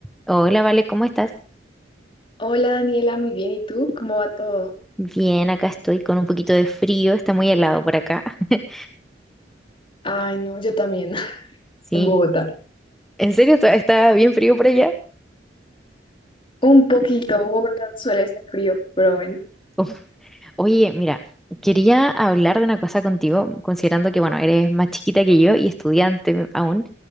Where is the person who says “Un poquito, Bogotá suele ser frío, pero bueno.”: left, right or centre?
Left